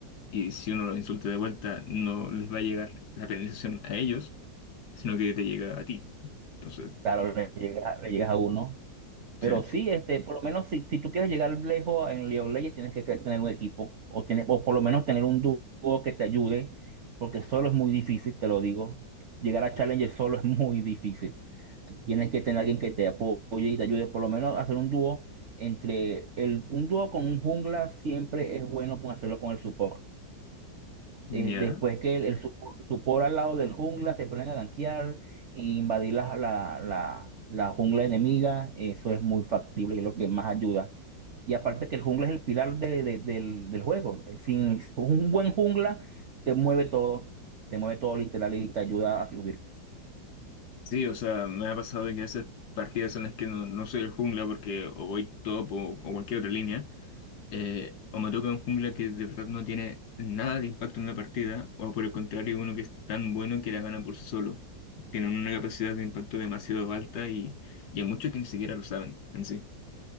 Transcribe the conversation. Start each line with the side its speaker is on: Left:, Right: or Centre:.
Left: y si uno lo insulta de vuelta, no les va a llegar la penalización a ellos, sino que te llega a ti. Entonces,
Right: Claro, le llegas, le llegas a uno. Pero
Left: sí,
Right: sí, este, por lo menos si, si tú quieres llegar lejos en League of Legends, tienes que que tener un equipo o, tener, o por lo menos tener un dúo que te ayude, porque solo es muy difícil, te lo digo. Llegar a Challenger solo es muy difícil. Tienes que tener alguien que te apoye y te ayude, por lo menos hacer un dúo entre el, un dúo con un jungla siempre es bueno con hacerlo con el support
Left: ya.
Right: eh, después que el, el su- supor al lado del jungla se ponen a gankear e invadir la, la, la- la jungla enemiga, eso es muy factible y es lo que más ayuda. Y aparte que el jungla es el pilar de- de- del, del juego. Eh, Sin un buen jungla te mueve todo, te mueve todo literal y te ayuda a subir.
Left: Sí, o sea, me ha pasado de que a veces partidas en las que no, no soy el jungla porque o voy top o o cualquier otra línea eh, o me toca un jungla que de verdad no tiene nada de impacto en la partida, o por el contrario, uno que es tan bueno que la gana por sí solo. Tienen una capacidad de impacto demasiado alta y, y hay muchos que ni siquiera lo saben en sí.